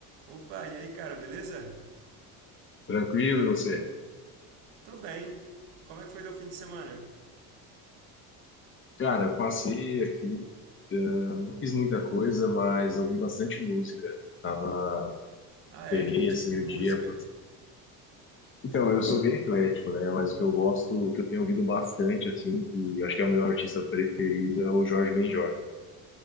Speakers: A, on the right; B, on the left.
A: Opa, e aí, cara, beleza?
B: Tranquilo, e você?
A: Tô bem. Como é que foi teu fim de semana?
B: Cara, eu passei aqui, eu não fiz muita coisa, mas ouvi bastante música. Tava,
A: Ah,
B: peguei
A: é? Que tipo
B: assim
A: de
B: o
A: música?
B: dia. pô. Então, eu sou bem eclético, né? Mas o que eu gosto, o que eu tenho ouvido bastante, assim, que acho que é o meu artista preferido, é o Jorge Benjor.